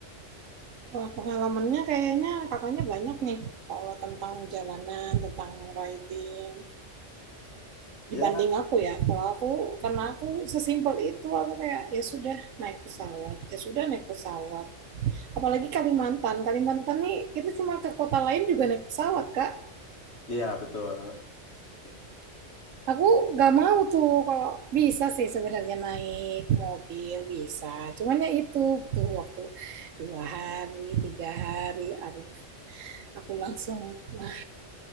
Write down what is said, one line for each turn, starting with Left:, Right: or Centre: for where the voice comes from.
Right: Wah, pengalamannya kayaknya kakaknya banyak nih. Kalau tentang jalanan, tentang riding.
Left: Ya,
Right: dibanding aku ya kalau aku karena aku sesimpel itu aku kayak ya sudah naik pesawat ya sudah naik pesawat apalagi Kalimantan Kalimantan nih kita cuma ke kota lain juga naik pesawat Kak
Left: Iya betul. Oke.
Right: aku gak mau tuh kalau bisa sih sebenarnya naik mobil bisa cuman ya itu butuh waktu dua hari tiga hari aduh aku langsung nah